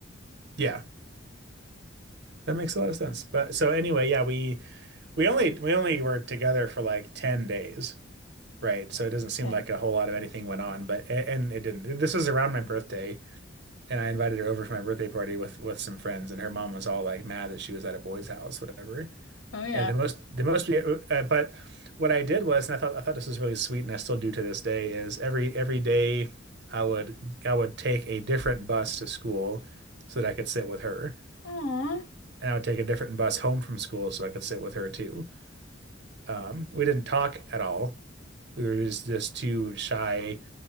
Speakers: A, on the right; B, on the left.
A: Yeah. That makes a lot of sense. But so anyway, yeah, we we only we only were together for like 10 days, right? So it doesn't seem
B: Okay.
A: like a whole lot of anything went on, but a- and it didn't. This was around my birthday, and I invited her over for my birthday party with with some friends, and her mom was all like mad that she was at a boy's house, whatever.
B: Oh yeah.
A: And the most the most we, uh, but what I did was, and I thought I thought this was really sweet, and I still do to this day, is every every day I would I would take a different bus to school so that I could sit with her
B: Aw,
A: and I would take a different bus home from school so I could sit with her too. Um, we didn't talk at all. We were just just two shy,